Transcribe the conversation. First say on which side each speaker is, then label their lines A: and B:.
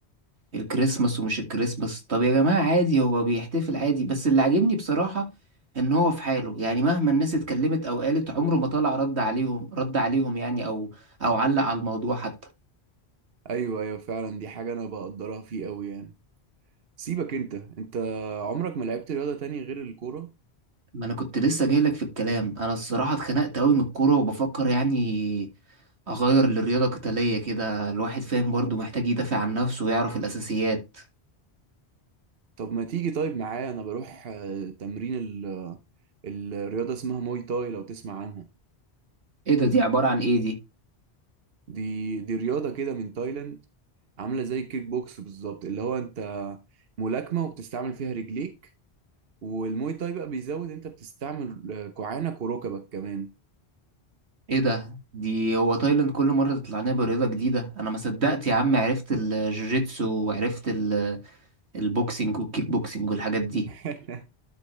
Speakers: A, on the right; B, on the right.
A: الكريسماس ومش الكريسماس طب يا جماعة عادي هو بيحتفل عادي بس اللي عاجبني بصراحة ان هو في حاله يعني مهما الناس اتكلمت او قالت عمره ما طلع رد عليهم رد عليهم يعني او او علق على الموضوع حتى
B: ايوه ايوه فعلا دي حاجة انا بقدرها فيه قوي يعني سيبك انت انت عمرك ما لعبت رياضة تاني غير الكورة
A: ما انا كنت لسه جايلك في الكلام انا الصراحة اتخنقت قوي من الكورة وبفكر يعني اغير لرياضة قتالية كده الواحد فاهم برضو محتاج يدافع عن نفسه ويعرف الاساسيات
B: طب ما تيجي طيب معايا انا بروح آه، تمرين ال- الرياضة اسمها موي تاي لو تسمع عنها
A: ايه ده دي عبارة عن ايه دي
B: دي دي رياضة كده من تايلاند عاملة زي الكيك بوكس بالظبط اللي هو انت ملاكمة وبتستعمل فيها رجليك والموي تاي بقى بيزود انت بتستعمل آه، كوعانك وركبك كمان
A: ايه ده دي هو تايلاند كل مرة تطلع لنا برياضة جديدة انا ما صدقت يا عم عرفت الجوجيتسو وعرفت ال- البوكسينج والكيك بوكسينج والحاجات دي
B: <laughs>